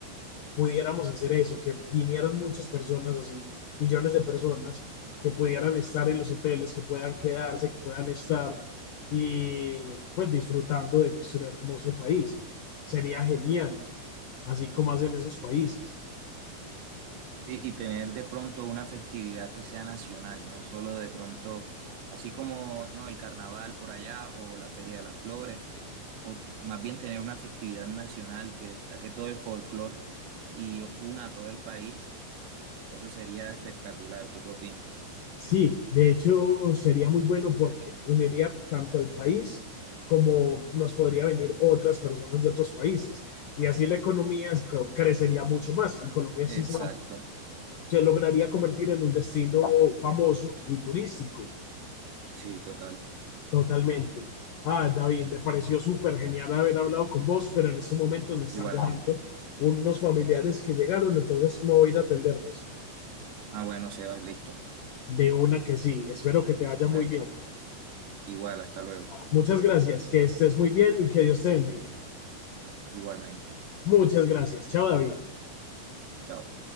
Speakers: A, on the left; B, on the right.
A: pudiéramos hacer eso, que vinieran muchas personas así, millones de personas, que pudieran estar en los hoteles, que puedan quedarse, que puedan estar y pues disfrutando de nuestro hermoso país. Sería genial, así como hacen esos países.
B: Sí, y tener de pronto una festividad que sea nacional, no solo de pronto, así como no el carnaval por allá o la Feria de las Flores, o más bien tener una festividad nacional que destaque todo el folclore y una a todo el país, eso sería espectacular. ¿Tú qué opinas?
A: Sí, de hecho sería muy bueno porque uniría tanto al país como nos podría venir otras personas de otros países. Y así la economía es- crecería mucho más y Colombia
B: Exacto,
A: sí se, se lograría convertir en un destino famoso y turístico.
B: sí, total,
A: Totalmente. Ah, David, me pareció súper genial haber hablado con vos, pero en estos momentos me están
B: igualmente.
A: llamando unos familiares que llegaron, entonces me voy a ir a atenderlos.
B: Ah, bueno, Sebas, listo.
A: De una que sí, espero que te vaya muy
B: Bueno,
A: bien.
B: igual, hasta luego,
A: Muchas gracias, que estés muy bien y que Dios te bendiga.
B: igualmente.
A: Muchas gracias. Chao, David.
B: Chao.